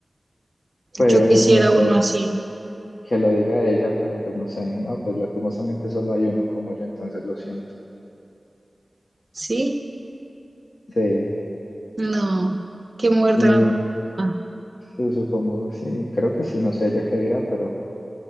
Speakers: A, on the left; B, on the right.
A: Pues
B: Yo quisiera
A: no sé
B: uno así,
A: que lo diga ella, pero pues no sé, ¿no? Pues lastimosamente solo hay uno como yo, entonces lo siento.
B: ¿sí?
A: Sí,
B: No, qué mujer
A: y
B: tan
A: uh,
B: afortunada.
A: sí, supongo, sí, creo que sí, no sé ella qué dirá, pero